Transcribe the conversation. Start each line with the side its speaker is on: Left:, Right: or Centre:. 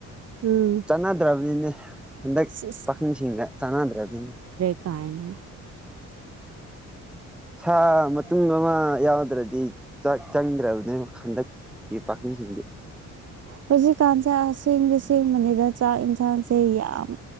Right: ꯎꯝ
Centre: ꯆꯥꯟꯅꯗ꯭ꯔꯕꯅꯤꯅꯦ ꯍꯟꯗꯛ
Right: ꯁꯤꯁ
Centre: ꯄꯥꯈꯪꯁꯤꯡꯒ ꯆꯥꯟꯅꯗ꯭ꯔꯕꯅꯤꯅꯦ
Right: ꯇꯥꯏꯅꯥ
Centre: ꯁꯥ ꯃꯇꯨꯝ ꯑꯃ ꯌꯥꯎꯗ꯭ꯔꯗꯤ ꯆꯥꯛ ꯆꯪꯗ꯭ꯔꯕꯅꯦꯕ ꯍꯟꯗꯛ ꯀꯤ ꯄꯥꯈꯪꯁꯤꯡꯗꯤ
Right: ꯍꯧꯖꯤꯛꯀꯥꯟꯁꯦ ꯑꯁꯦꯡꯗꯤ ꯁꯦꯡꯕꯅꯤꯗ ꯆꯥꯛ ꯌꯦꯟꯁꯥꯡꯁꯦ ꯌꯥꯝ